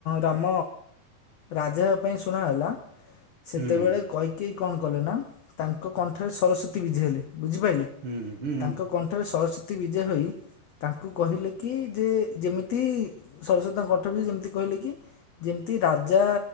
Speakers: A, on the left; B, on the right.
A: ରାମ ରାଜା ଶୁଣା ହେଲା ସେତେବେଳେ
B: ହୁଁ
A: କ କିଏ କଣ କଲେ ନା ତାଙ୍କ କଣ୍ଠରେ ସରସ୍ଵତୀ ବିଜେ ହେଲେ ବୁଝିପାଇଲେ?
B: ହୁଁ ହୁଁ।
A: କଣ୍ଠରେ ସରସ୍ୱତୀ ବିଜୟ ହୋଇ ତାଙ୍କୁ କହିଲେ କି ଯେ ଯେମିତି ସରସ୍ଵତୀ ତାଙ୍କକଣ୍ଠରେ ବି ଯେମିତି କହିଲେ କି ଯେମିତି ରାଜା